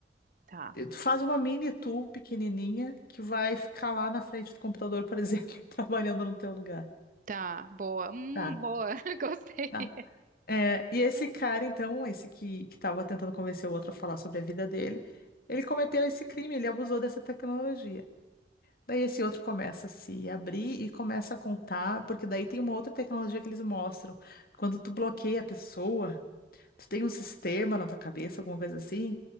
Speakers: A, on the right; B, on the left.
A: Tá,
B: E Tu faz uma mini tu pequenininha que vai ficar lá na frente do computador, por exemplo, <laughs> trabalhando no teu lugar.
A: tá. Boa. Hum,
B: Tá?
A: boa. <laughs> Gostei.
B: Tá? É, e esse
A: Hum.
B: cara, então, esse que, que tava tentando convencer o outro a falar sobre a vida dele, ele cometeu esse crime, ele abusou dessa tecnologia. Daí esse outro começa a se abrir e começa a contar, porque daí tem uma outra tecnologia que eles mostram. Quando tu bloqueia a pessoa, tu tem um sistema na tua cabeça, alguma coisa assim,